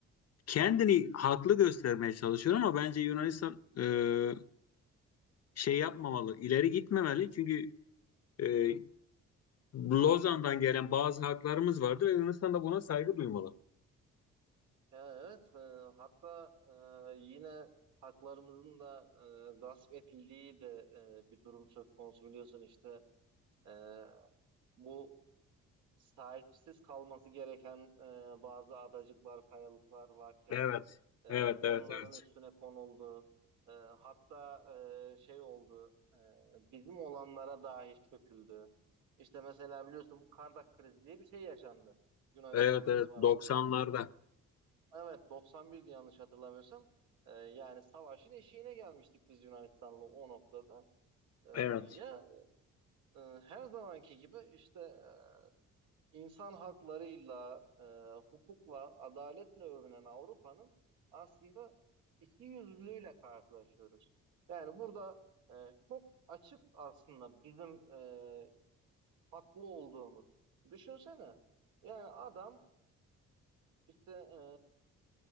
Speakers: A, on the left; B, on the right.
A: kendini haklı göstermeye çalışıyor ama bence Yunanistan e, şey yapmamalı, ileri gitmemeli çünkü e, Lozan'dan gelen bazı haklarımız vardı ve Yunanistan da buna saygı duymalı.
B: Ya evet, e, hatta e, yine haklarımızın da e, gasp edildiği de e, bir durum söz konusu biliyorsun işte e, bu sahipsiz kalması gereken e, bazı adacıklar, kayalıklar varken
A: Evet,
B: e,
A: evet,
B: onların
A: evet, evet.
B: üstüne konuldu. E, hatta e, şey oldu, e, bizim olanlara dahi çöküldü. İşte mesela biliyorsun bu Kardak krizi diye bir şey yaşandı Yunanistan'la
A: Evet, evet,
B: bizim aramızda.
A: 90'larda.
B: Evet 91'di yanlış hatırlamıyorsam. Ee, yani savaşın eşiğine gelmiştik biz Yunanistan'la o noktada. Ee,
A: Evet.
B: ya e, her zamanki gibi işte e, insan haklarıyla, e, hukukla, adaletle övünen Avrupa'nın aslında iki yüzlülüğüyle karşılaşıyoruz. Yani burada e, çok açık aslında bizim e, haklı olduğumuz. Düşünsene yani adam işte e,